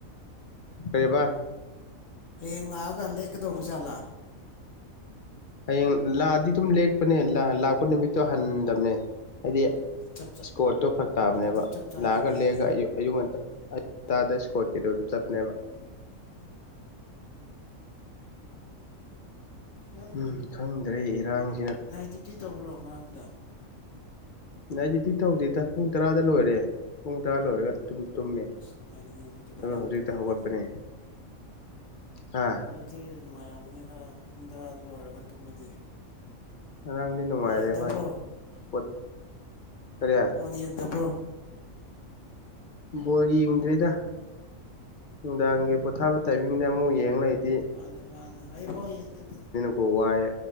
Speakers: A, on the left; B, on the left.
A: ꯀꯩꯑꯕ
B: ꯍꯌꯦꯡ ꯂꯥꯛꯑꯒ ꯂꯦꯛꯀꯗꯧꯕ ꯖꯥꯠꯂ꯫
A: ꯍꯌꯦꯡ ꯂꯥꯛꯑꯗꯤ ꯑꯗꯨꯝ ꯂꯦꯛꯄꯅꯦ ꯂꯥꯛꯄ ꯅꯨꯃꯤꯠꯇꯣ ꯍꯟꯗꯕꯅꯦ꯫ ꯍꯥꯏꯗꯤ
B: ꯑꯗꯨꯗꯤ ꯆꯞ ꯆꯥ
A: ꯏꯁꯀ꯭ꯔꯣꯠꯇꯣ ꯐꯔꯛ ꯇꯥꯕꯅꯦꯕ
B: ꯑꯗꯨꯗꯤ ꯆꯞ ꯆꯥꯔꯦꯅꯦ
A: ꯂꯥꯛꯑꯒ
B: ꯑꯩꯒꯤ
A: ꯂꯦꯛꯑꯒ ꯑꯌꯨꯛ ꯑꯌꯨꯛ ꯉꯟꯇꯥ ꯑꯌꯨꯛ ꯉꯟꯇꯥꯗ ꯏꯁꯀ꯭ꯔꯣꯠ ꯀꯤꯗꯣ ꯑꯗꯨꯝ ꯆꯠꯄꯅꯦꯕ꯫
B: ꯎꯝ ꯅꯪ
A: ꯎꯝ ꯈꯪꯗ꯭ꯔꯦ ꯏꯔꯥꯡꯁ unintelligible
B: ꯅꯥꯏꯠ ꯗ꯭ꯌꯨꯇꯤ ꯇꯧꯕ꯭ꯔꯣ ꯉꯔꯥꯡꯗ
A: ꯅꯥꯏ ꯗꯌ꯭ꯨꯇꯤ ꯇꯧꯗꯦꯗ ꯄꯨꯡ ꯇꯔꯥꯗ ꯂꯣꯏꯔꯦ ꯄꯨꯡ ꯇꯔꯥ ꯂꯣꯏꯔꯒ ꯇꯨꯝ ꯇꯨꯝꯃꯦ
B: ꯑꯁ ꯅꯨꯡꯉꯥꯏꯔꯤꯅꯦ ꯑꯗꯨꯗꯤ ꯐꯖꯅ
A: ꯑꯗꯨꯒ ꯍꯧꯖꯤꯛꯇꯤ
B: ꯇꯨꯝꯃꯝꯒꯅꯤ
A: ꯍꯧꯒꯠꯄꯅꯦ ꯍꯥ
B: ꯑꯗꯨꯗꯤ ꯅꯨꯡꯉꯥꯏꯔꯝꯒꯅꯤ ꯈꯔ ꯄꯨꯡ ꯇꯔꯥ ꯂꯣꯏꯔꯒ ꯇꯨꯝꯕꯗꯤ꯫
A: ꯉꯔꯥꯡꯗꯤ ꯅꯨꯡꯉꯥꯏꯔꯦ
B: ꯕꯣꯜ ꯌꯦꯡꯗꯕ꯭ꯔꯣ
A: ꯍꯣꯏ ꯄꯣꯠ ꯀꯔꯤ
B: ꯕꯣꯜ ꯌꯦꯡꯗꯕ꯭ꯔꯣ
A: ꯕꯣꯜ ꯌꯦꯡꯗ꯭ꯔꯦꯗ ꯅꯨꯡꯗꯥꯡꯒꯤ ꯄꯣꯊꯥꯕ ꯇꯥꯏꯃꯤꯡꯗ ꯑꯃꯨꯛ ꯌꯦꯡ ꯂꯩ unintelligible
B: ꯃꯥꯟꯅꯦ ꯃꯥꯟꯅꯦ ꯑꯩ ꯐꯥꯎ ꯌꯦꯡꯗꯦꯗ
A: ꯍꯣ ꯋꯥꯏ